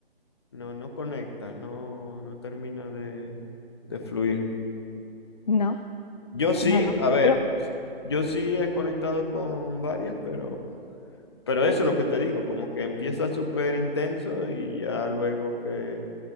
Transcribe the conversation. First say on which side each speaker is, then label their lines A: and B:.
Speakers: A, on the left (about 25°); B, on the left (about 45°).
A: no, no conectas, no, no termina de, de fluir.
B: No,
A: Yo sí,
B: no, no.
A: a ver,
B: pero
A: yo sí he conectado con varias, pero, pero eso es lo que te digo, como que empieza súper intenso y ya luego que,